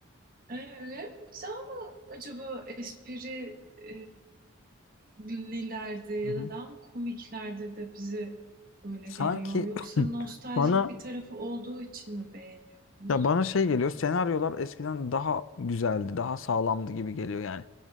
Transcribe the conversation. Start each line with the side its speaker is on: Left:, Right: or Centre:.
Right: Evet, güzel mi acaba espri e, lilerde ya
Left: hı hı.
Right: da daha mı komiklerde de bize böyle
Left: Sanki
Right: geliyor? Yoksa
Left: <clears throat>
Right: nostaljik
Left: bana
Right: bir tarafı olduğu için mi beğeniyoruz?
Left: Ya bana şey geliyor, senaryolar eskiden daha güzeldi, daha sağlamdı gibi geliyor yani.